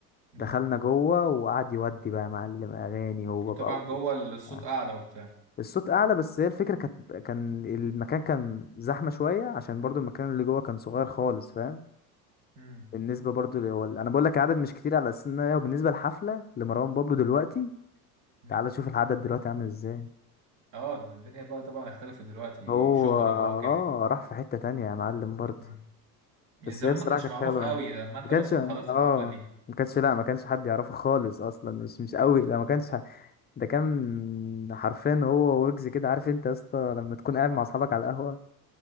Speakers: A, on the right (about 60°); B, on the left (about 20°).
A: مم.
B: دخلنا جوه وقعد يودي بقى معلم اغاني هو
A: وطبعا
B: بقى و-
A: جوه الصوت
B: آه.
A: أعلى وبتاع
B: الصوت اعلى بس هي الفكره كانت كان المكان كان زحمه شويه عشان برضو المكان اللي جوه كان صغير خالص فاهم
A: مم.
B: بالنسبه برضو ل... وال- انا بقول لك العدد مش كتير على اساس ان هي بالنسبه للحفله لمروان بابلو دلوقتي
A: مم.
B: تعال شوف العدد دلوقتي عامل ازاي
A: اه الدنيا بقى طبعا اختلفت دلوقتي
B: هو
A: شهرة
B: اه
A: بقى وكده
B: راح في حته تانية يا معلم برضو
A: مم. يعني
B: بس
A: زمان
B: هي الصراحة
A: ما كانش
B: كانت
A: معروف
B: حلوة
A: قوي
B: أوي.
A: لما انت
B: ما كانش
A: مثلا
B: اه
A: حضرت الحفلة دي
B: ما كانش لا ما كانش حد يعرفه خالص اصلا مش مش قوي ده ما كانش ح- ده كان حرفيا هو ويجز كده عارف انت يا اسطى لما تكون قاعد مع اصحابك على القهوة